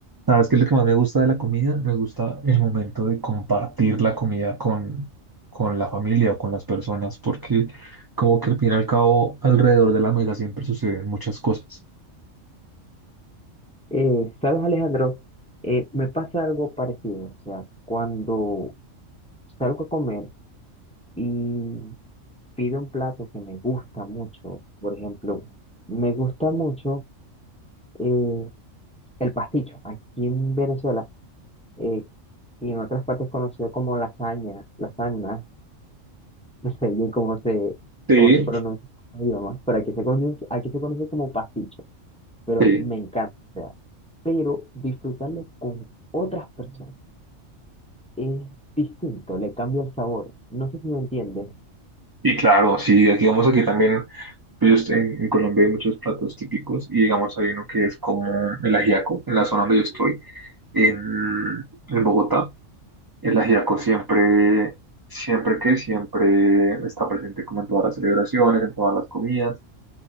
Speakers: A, on the right (about 25°); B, in the centre.
A: ¿Sabes qué es lo que más me gusta de la comida? Me gusta el momento de compartir la comida con, con la familia o con las personas, porque como que al fin y al cabo alrededor de la mesa siempre suceden muchas cosas.
B: Eh, ¿sabes, Alejandro? Eh, me pasa algo parecido. O sea, cuando salgo a comer y pido un plato que me gusta mucho, por ejemplo, me gusta mucho eh, el pasticho. Aquí en Venezuela eh, y en otras partes conocido como lasaña, lasaña, <laughs> no sé bien cómo se,
A: Sí,
B: cómo se pronuncia en otros idiomas, pero aquí se conoce, aquí se conoce como pasticho, pero
A: sí.
B: me encanta. o sea, pero disfrutarlo con otras personas. es distinto, le cambia el sabor. No sé si me entiendes.
A: Y claro, sí, aquí vamos aquí también, pues, en, en Colombia hay muchos platos típicos y digamos hay uno que es como el ajiaco, en la zona donde yo estoy, en, en Bogotá. El ajiaco siempre, siempre que, siempre está presente como en todas las celebraciones, en todas las comidas.